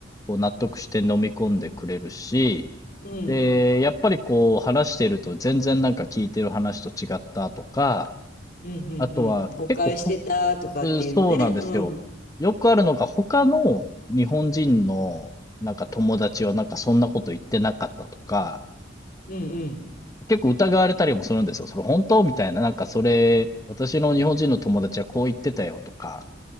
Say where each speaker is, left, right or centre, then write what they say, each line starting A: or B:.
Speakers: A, on the left; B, on the left.
A: こう、納得して飲み込んでくれるし、
B: うん。うん。
A: で、やっぱりこう、話してると全然なんか聞いてる話と違ったとか、
B: うん。
A: あとは結構ほ、
B: うん誤解してたとかっていうのね。
A: うんそうなんですよ。
B: うん。
A: よくあるのが他の日本人のなんか友達はなんかそんなこと言ってなかったとか、
B: うんうん
A: 結構疑われたりもするんですよ。それ本当みたいな。なんかそれ、私の日本人の友達はこう言ってたよとか。